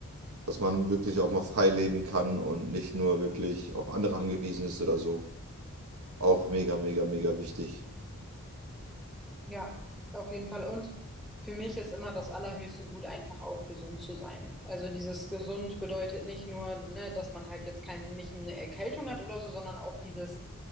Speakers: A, on the right; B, in the centre.
A: Dass man wirklich auch mal frei leben kann und nicht nur wirklich auf andere angewiesen ist oder so. Auch mega, mega, mega wichtig.
B: Ja, auf jeden Fall. Und für mich ist immer das allerhöchste Gut, einfach auch gesund zu sein. Also dieses gesund bedeutet nicht nur, ne, dass man halt jetzt keine, nicht eine Erkältung hat oder so, sondern auch dieses,